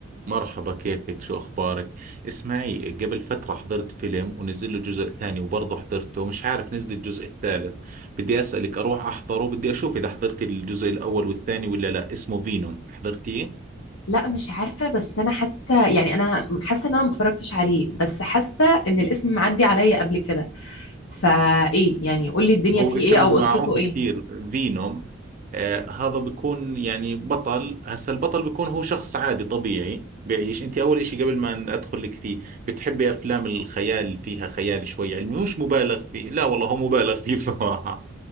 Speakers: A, on the right; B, on the left.
A: مرحبا كيفك شو أخبارك اسمعي قبل فترة حضرت فيلم ونزل له جزء ثاني وبرضه حضرته مش عارف نزل الجزء الثالث بدي أسألك أروح أحضره بدي أشوف إذا حضرت الجزء الأول والثاني ولا لا اسمه فينوم حضرتيه
B: لا مش عارفة بس أنا حاسة يعني أنا حاسة إن أنا متفرجتش عليه بس حاسة إن الاسم معدي عليا قبل كده فإيه يعني قولي الدنيا
A: هو
B: فيه
A: اسم
B: إيه أو قصته
A: معروف
B: إيه
A: كثير فينوم آه هذا بيكون يعني بطل هسا البطل بيكون هو شخص عادي طبيعي بيعيش انت اول اشي قبل ما ادخل لك فيه بتحبي افلام الخيال فيها خيال شوي علمي مش مبالغ فيه لا والله هو مبالغ فيه <laughs> بصراحة